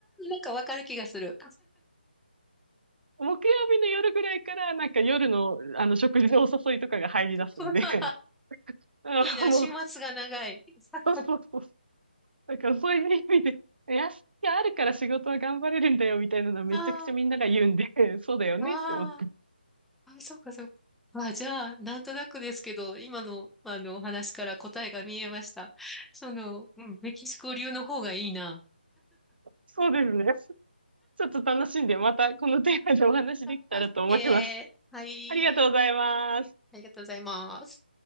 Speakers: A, in the centre; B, on the right (about 70°).
A: かわかる気がする。
B: 木曜日の夜ぐらいからなんか夜のあの食事のお誘いとかが入り出すんで、
A: <laughs>
B: <laughs> あのもう、
A: いいな、週末が長い。<laughs>
B: そうそうそうだからそういう意味で、休みがあるから仕事は頑張れるんだよみたいなのはめちゃくちゃみんなが言うんで、
A: あ
B: そうだよねって思って。
A: あ、わあ、あ、そうか、そうか。あ、じゃあ、なんとなくですけど、今の、あの、お話から答えが見えました。その、うん、メキシコ流の方がいいな。
B: そうですね。ちょっと楽しんで、またこのテーマでお話できたらと思います。
A: あオッケー。はい。
B: ありがとうございます。
A: ありがとうございます。